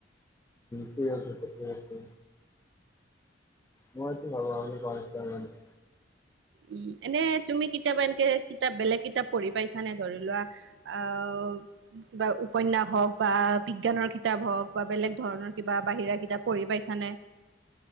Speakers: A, on the left (about 15°); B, on the right (about 70°).
A: ঠিক আছে ঠিকেই আছে মইতো ভাবো আমি <unintelligible>
B: উম এনে তুমি কিতাপা এনকে কিতাপ বেলেগ কিতাপ পঢ়ি পাইছানে ধৰি লোৱা আহ কিবা উপন্যাস হওঁক বা বিজ্ঞানৰ কিতাপ হওক বা বেলেগ ধৰণৰ কিবা বাহিৰা কিতাপ পঢ়ি পাইছানে